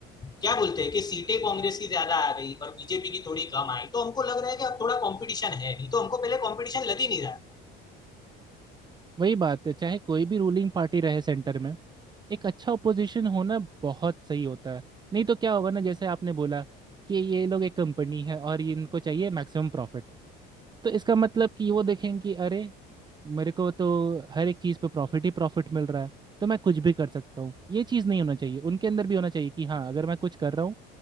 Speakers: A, on the left; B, on the right.
A: क्या बोलते हैं कि सीटें कांग्रेस की ज्यादा आ गई और बीजेपी की थोड़ी कम आई तो हमको लग रहा है कि अब थोड़ा कंपटीशन है नहीं तो हमको पहले कंपटीशन लग ही नहीं रहा
B: वही बात है चाहे कोई भी रूलिंग पार्टी रहे सेंटर में एक अच्छा ओपोजिशन होना बहुत सही होता है नहीं तो क्या होगा ना जैसे आपने बोला कि ये लोग एक कंपनी है और इनको चाहिए मैक्सिमम प्रॉफिट तो इसका मतलब कि वो देखेंगे कि अरे मेरे को तो हर एक चीज़ पे प्रॉफिट ही प्रॉफिट मिल रहा है तो मैं कुछ भी कर सकता हूँ ये चीज़ नहीं होना चाहिए उनके अंदर भी होना चाहिए कि हाँ अगर मैं कुछ कर रहा हूँ